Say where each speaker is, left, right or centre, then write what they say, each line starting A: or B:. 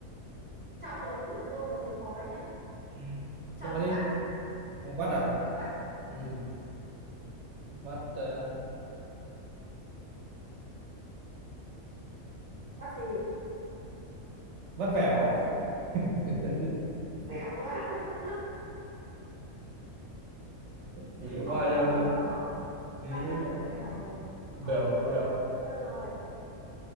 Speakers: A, on the right; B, on the right.
A: trong là ông tự đưa ông vào thế khó đấy nhá
B: Ừ.
A: trong
B: Nói đi
A: vắt
B: ông vắt à
A: trong vắt
B: ừ. vắt à,
A: vắt gì
B: vắt vẻo <laughs>
A: bẻo quá <laughs>
B: nghĩ hoài
A: hỏng hỏng
B: ra
A: hỏng
B: chưa
A: hỏng hỏng
B: lý
A: ra cát lượng này hỏng rồi hỏng
B: vẻo
A: rồi
B: vẻo
A: thôi được rồi